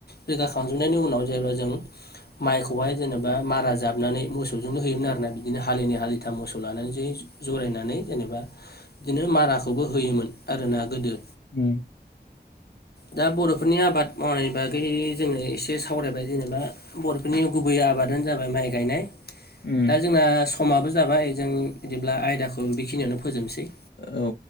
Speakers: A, on the left; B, on the left.
A: रोगाखांजोबनायनि उनाव जेनेबा जों माइखौहाय जेनेबा मारा जाबनानै मोसौजोंनो होयोमोन आरोना बिदिनो हालिनै हालिथाम मोसौ लानानैसो जरायनानै जेनेबा बिदिनो माराखौबो होयोमोन आरोना गोदो
B: ओम
A: दा बर'फोरनि आबाद मावनायनि बागै जोङो एसे सावरायबाय जेनेबा बर'फोरनि गुबै आबादानो जाबाय माइ गायनाय
B: उम
A: दा जोंना समाबो जाबाय जों बिदिब्ला आयदाखौ बेखिनियावनो फोजोबनोसै
B: औ